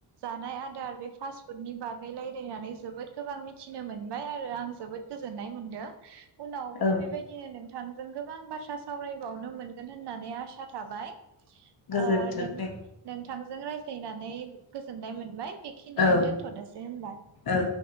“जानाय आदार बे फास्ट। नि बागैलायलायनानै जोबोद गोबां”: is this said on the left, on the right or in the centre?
Right